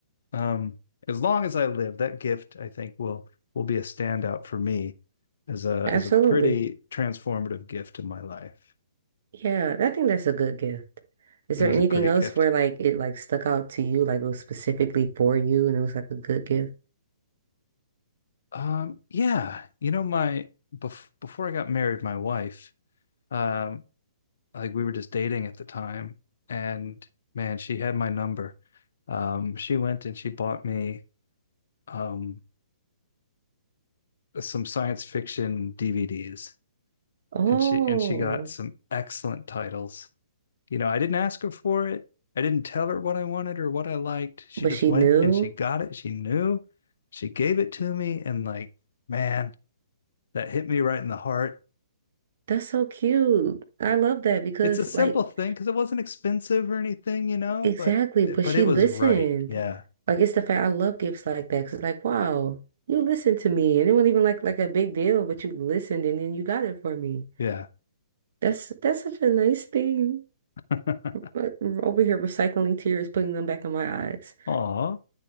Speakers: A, on the left (about 55°); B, on the right (about 50°).
A: um, as long as I live, that gift I think will will be a standout for me as a
B: Absolutely.
A: as a pretty transformative gift in my life.
B: Yeah, I think that's a good gift. Is
A: It
B: there
A: was
B: anything
A: a great
B: else
A: gift.
B: where like it like stuck out to you, like it was specifically for you and it was like a good gift?
A: Um, yeah, you know, my bef- before I got married, my wife, um, like we were just dating at the time, and man, she had my number. Um, she went and she bought me um some science fiction DVDs,
B: Oh,
A: and she and she got some excellent titles You know, I didn't ask her for it. I didn't tell her what I wanted or what I liked. She
B: but
A: just
B: she
A: went
B: knew.
A: and she got it. She knew. She gave it to me. And like, man, that hit me right in the heart.
B: That's so cute. I love that because
A: It's a simple
B: like
A: thing because it wasn't expensive or anything, you know,
B: exactly,
A: but
B: but
A: but
B: she
A: it was
B: listened.
A: right. Yeah.
B: Like it's the fact I love gifts like that 'cause it's like, wow, you listened to me and it wasn't even like like a big deal, but you listened and then you got it for me.
A: Yeah.
B: That's that's such a nice thing.
A: <laughs>
B: But over here recycling tears, putting them back in my eyes.
A: Aw.